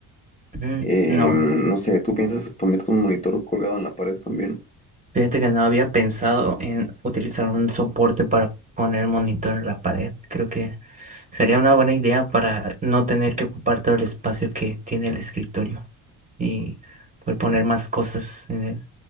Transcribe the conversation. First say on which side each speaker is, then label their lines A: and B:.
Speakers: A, on the right; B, on the left.
A: Mm,
B: Em,
A: no.
B: no sé, ¿tú piensas ponerte un monitor colgado en la pared también?
A: Fíjate que no había pensado en utilizar un soporte para poner el monitor en la pared. Creo que sería una buena idea para no tener que ocupar todo el espacio que tiene el escritorio y poder poner más cosas en él.